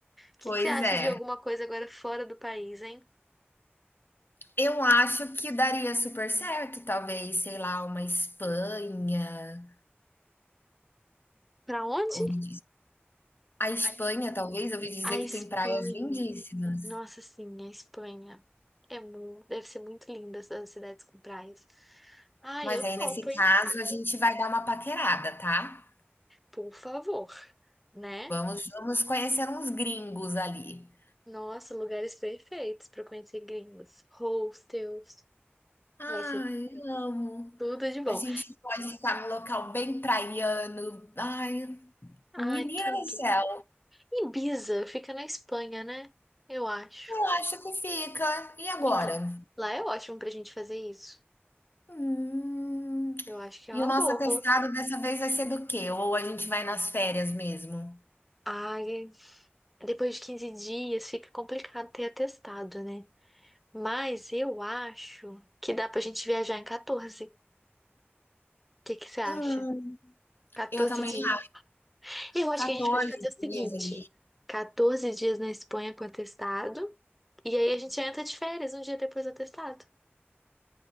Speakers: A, in the centre; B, on the left.
A: que
B: Pois
A: que você acha
B: é.
A: de alguma coisa agora fora do país, hein?
B: Eu acho que daria super certo, talvez, sei lá, uma Espanha.
A: Pra onde?
B: Ouvi diz- A Espanha,
A: A Espanha.
B: talvez, ouvi dizer
A: A Espanha.
B: que tem praias lindíssimas.
A: Nossa, sim, a Espanha. É muito Deve ser muito linda essas cidades com praias. Ah,
B: Mas
A: eu
B: aí,
A: topo,
B: nesse
A: hein?
B: caso, a gente vai dar uma paquerada, tá?
A: Por favor, né?
B: Vamos, vamos conhecer uns gringos ali.
A: Nossa, lugares perfeitos para conhecer gringos. Hostels.
B: Ai,
A: Vai ser
B: amo.
A: tudo de bom.
B: A gente pode ficar num local bem praiano. Ai,
A: Ai,
B: menina
A: tudo.
B: do céu.
A: Ibiza fica na Espanha, né? Eu acho.
B: Eu acho que fica. E agora?
A: Então, lá é ótimo pra gente fazer isso.
B: Hum.
A: Eu acho que é
B: E
A: uma
B: o nosso
A: boa.
B: atestado
A: colo-
B: dessa vez vai ser do quê? Ou a gente vai nas férias mesmo?
A: Ai, depois de 15 dias fica complicado ter atestado, né? Mas eu acho que dá pra gente viajar em 14. O que que você acha?
B: Hum.
A: 14
B: Eu também
A: dias.
B: acho.
A: Eu acho
B: 14
A: que a gente pode fazer o
B: dias
A: seguinte:
B: ali.
A: 14 dias na Espanha com atestado, e aí a gente entra de férias um dia depois do atestado.